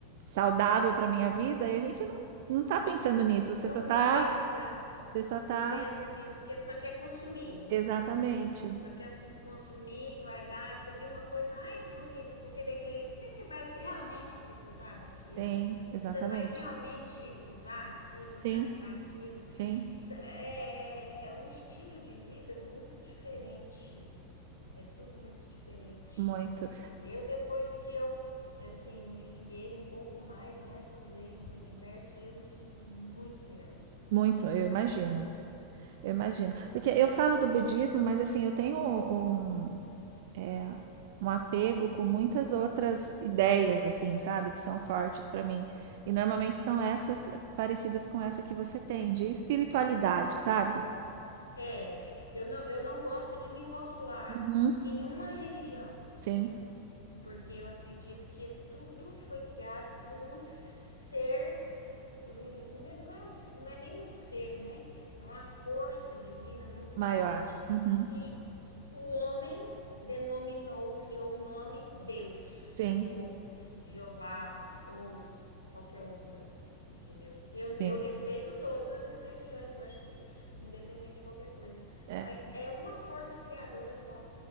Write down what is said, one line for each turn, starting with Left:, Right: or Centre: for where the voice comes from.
Right: saudável para minha vida, e a gente não, não está pensando nisso,
Left: não,
Right: você só está,
Left: não pensa,
Right: você só está,
Left: não pensa nisso, que só quer consumir.
Right: exatamente,
Left: Só quer consumir, guardar. Você viu uma coisa, ai que bonito, vou querer aquele. Mas você vai realmente precisar daquilo?
Right: tem, exatamente,
Left: Você vai realmente usar aquilo,
Right: sim,
Left: gastar aquilo?
Right: sim,
Left: é, é, é um estilo de vida muito diferente. É tudo muito diferente.
Right: muito,
Left: Eu, depois que eu assim, me liguei um pouco mais nessas leis do universo, eu me sinto muito melhor.
Right: muito, eu imagino. Eu imagino. Porque eu falo do budismo, mas assim, eu tenho um, é, um apego com muitas outras ideias, assim, sabe? Que são fortes para mim. E normalmente são essas parecidas com essa que você tem, de espiritualidade, sabe?
Left: É, eu não, eu não gosto de me rotular
Right: Uhum.
Left: em uma religião
Right: Sim,
Left: porque eu acredito que tudo foi criado por um ser, por um não é, um, não é nem um ser, né? É uma força divina muito
Right: maior.
Left: grande
Right: Uhum.
Left: que o homem denominou, criou o nome Deus
Right: Sim,
Left: ou Jeová ou qualquer outro, entendeu? Eu,
Right: sim.
Left: eu respeito todas as religiões, eu acho que independente de qualquer coisa,
Right: É,
Left: mas é uma força criadora só